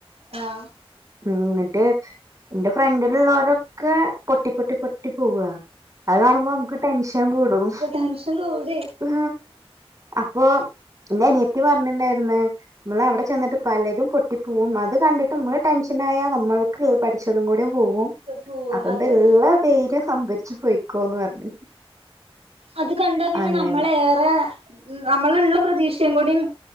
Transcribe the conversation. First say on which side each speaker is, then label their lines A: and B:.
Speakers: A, on the right; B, on the right.
A: ആഹ്
B: മ്മ് എന്നിട്ട് എന്റെ ഫ്രണ്ടിലുള്ളരൊക്കെ പൊട്ടി പൊട്ടി പൊട്ടി പോവ അത് കാണുമ്പോ നമുക്ക് ടെൻഷൻ കൂടും
A: ടെൻഷൻ കൂടി
B: ആ അപ്പൊ എന്റെ അനിയത്തി പറഞ്ഞിട്ടുണ്ടായിരുന്നു നമ്മൾ അവിടെ ചെന്നിട്ട് പലരും പൊട്ടി പോവും അത് കണ്ടിട്ട് നമ്മള് ടെൻഷനായ നമ്മൾക്ക് പഠിച്ചതും കൂടെ പോവും
A: പോവും
B: അതുകൊണ്ട്
A: അതെ
B: ഇളള
A: അതെ
B: ധൈര്യം സംഭരിച്ചു പോയിക്കോന്ന് പറഞ്ഞ്
A: അത് കണ്ട പിന്നെ
B: അങ്ങനെ
A: നമ്മള റെ നമ്മള് ള്ള പ്രതീക്ഷയും കുടിം